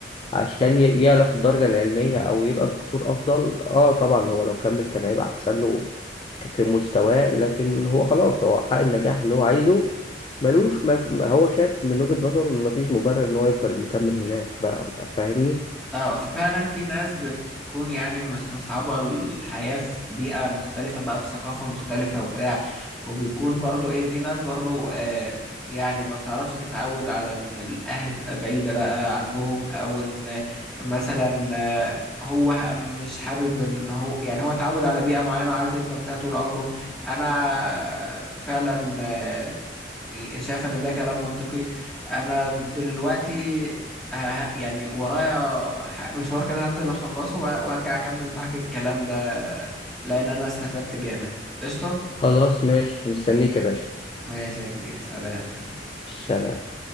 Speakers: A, on the left; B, in the centre.
A: عشان ي- يعلى في الدرجة العلمية أو يبقى دكتور أفضل اه طبعا هو لو كمل كان هيبقى أحسن له ك- في مستواه لكن هو خلاص هو حقق النجاح اللي هو عايزه ملوش ما ما هو شايف من وجهة نظره إن مفيش مبرر إن هو يفضل مكمل هناك بقى بقى فاهمني؟
B: اه فعلا في ناس بتكون يعني مستصعبة الحياة في بيئة مختلفة بقى بثقافة مختلفة وبتاع وبيكون برضو ايه في ناس برضو آه يعني ما بتعرفش تتعود على ان الاهل تبقى بعيدة بقى عنهم او ان مثلا آه، هو ه- مش حابب ان هو يعني هو اتعود على بيئة معينة وعايز يفضل فيها طول عمره انا فعلا آه، شايف ان ده كلام منطقي انا دلوقتي ه- يعني ورايا ح- مشوار كده هنزل اخلصه و- وارجع اكمل معاك الكلام ده لان انا استفدت جامد قشطة
A: خلاص ماشي مستنيك يا باشا
B: ماشي يا كبير سلام سلام
A: سلام